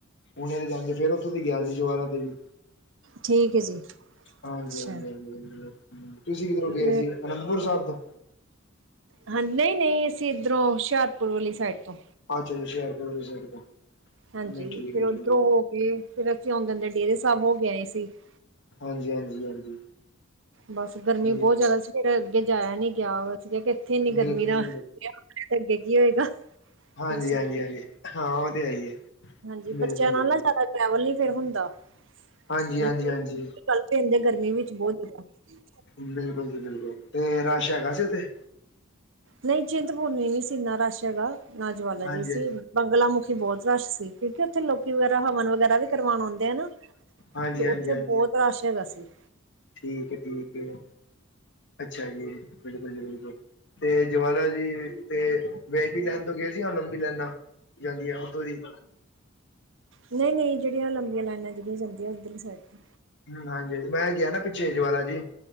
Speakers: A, on the left; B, on the right.
A: ਔਤੇ ਜਾਂਗੇ ਫੇਰ, ਉਥੋਂ ਦੀ ਗਿਆ ਸੀ, ਜੁਵਾਲਾ ਦੇਵੀ।
B: ਠੀਕ, ਹੈ ਜੀ।
A: ਹਾਂਜੀ-ਹਾਂਜੀ,
B: ਅੱਛਾ
A: ਹ ਤੁਸੀਂ ਕਿਧਰੋਂ ਗਏ
B: ਤੇ
A: ਸੀ। ਅਨੰਦਪੁਰ ਸਾਹਿਬ ਤੋਂ?
B: ਹਾਂਜੀ, ਨਹੀਂ-ਨਹੀਂ ਅਸੀਂ ਇੱਧਰੋਂ ਹੁਸ਼ਿਆਰਪੁਰ ਵਾਲੀ ਸਾਈਡ ਤੋਂ।
A: ਅੱਛਾੇ। ਹੁਸ਼ਿਆਰਪੁਰੀ ਵਾਲੀ ਸਾਈਡ ਤੋਂ।
B: ਹਾਂਜੀ,
A: ਨਹੀਂ ਠੀਕ
B: ਫੇਰ
A: ਹੈ
B: ਉਧਰੋਂ
A: ਠੀਕ ਹੈ
B: ਹੋ ਕੇ। ਫੇਰ ਅੱਥੇ ਆਉਂਦੇ ਅਸੀਂ ਡੇਰੇ ਸਾਹਿਬ ਹੋ ਕੇ ਆਏ ਸੀ। ਉਧਰੋਂ-
A: ਹਾਂਜੀ ਹਾਂਜੀ ਹਾਂਜੀ
B: ਬਸ ਗਰਮੀ
A: ਜੀ
B: ਬਹੁਤ ਜ਼ਿਆਦਾ ਸੀ, ਫੇਰ। ਅੱਗੇ ਜਾਇਆ ਨੀ ਗਿਆ। ਅਸੀਂ ਕਿਹਾ ਇੱਥੇ ਇੰਨੀ ਗਰਮੀ
A: ਬਿਲਕੁਲ
B: ਦਾ,
A: ਜੀ
B: ਵਿਹ ਤੇ ਅੱਗੇ ਕੀ ਹੋਏਗਾ।
A: ਹਾਂਜੀ-ਹਾਂਜੀ
B: ਫਿਰ ਅਸੀਂ ਗਏ
A: ਹਾਂਜੀ, ਹਾਂ ਉਹ ਤੇ ਹੈ ਹੀ ਹੈ।
B: ਹਾਂਜੀ,
A: ਬਿਲਕੁਲ
B: ਬੱਚਿਆਂ
A: ਜੀ
B: ਨਾਲ
A: ਬਿਲਕੁਲ
B: ਨਾ ਜ਼ਿਆਦਾ ਟ੍ਰੈਵਲ ਨੀ ਫੇਰ ਹੁੰਦਾ।
A: ਹਾਂਜੀ
B: ਚਲ
A: ਹਾਂਜੀ ਹਾਂਜੀ
B: ਪਦੇ ਕਲ ਤੇ ਐਨੀ ਗਰਮੀ ਵਿੱਚ ਬਹੁਤ ਬੁਰਾ ਹਾਲ ਸੀ।
A: ਬਿਲਕੁਲ ਜੀ ਬਿਲਕੁਲ ਤੇ, ਰਸ਼ ਹੈਗਾ ਸੀ ਉੱਥੇ?
B: ਨਹੀਂ, ਚਿੰਤਪੂਰਮੀ ਨਹੀਂ ਸੀ, ਇਨਾ ਰਸ਼ ਹੈਗਾ। ਨਾ ਜਵਾਲਾ
A: ਹਾਂਜੀ
B: ਜੀ ਸੀ।
A: ਹਾਂਜੀ
B: ਬੰਗਲਾ ਮੁੁਖੀ ਬਹੁਤ ਰਸ਼ ਸੀ। ਕਿਉਂਕਿ ਉੱਥੇ ਲੋਕੀ ਵਗੈਰਾ ਹਵਨ ਵਗੈਰਾ। ਵੀ ਕਰਵਾਉਣ ਆਉਂਦੇ ਆ ਨਾ,
A: ਹਾਂਜੀ
B: ਤੇ
A: ਹਾਂਜੀ
B: ਉੱਥੇ
A: ਹਾਂਜੀ
B: ਬਹੁਤ ਰਸ਼ ਹੈ, ਰਸਤੇ ਚ।
A: ਠੀਕ ਹੈ- ਠੀਕ ਹੈ, ਅੱਛਾ ਜੀ, ਬਿਲਕੁਲ ਜੀ, ਬਿਲਕੁਲ ਤੇ ਜਵਾਲਾ ਜੀ, ਤੇ ਵੀ-ਆਈ-ਪੀ ਲੈਨ ਤੋਂ ਗਏ ਸੀ। ਲੰਬੀ ਲਾਈਨਾਂ ਚੱਲ ਆ ਉਓਦੋਂ ਦੀ।
B: ਨਹੀਂ-ਨਹੀਂ ਜਿਹੜੀਆਂ ਲੰਬੀਆਂ ਲਾਈਨਾਂ ਜਿਹੜੀਆਂ ਜਾਂਦੀਆਂ ਉੱਧਰ ਹੀ ਸਾਈਡ।
A: ਹਾਂਜੀ ਮੈਂ ਗਿਆ ਨਾ ਪਿੱਛੇ ਜਵਾਲਾ ਜੀ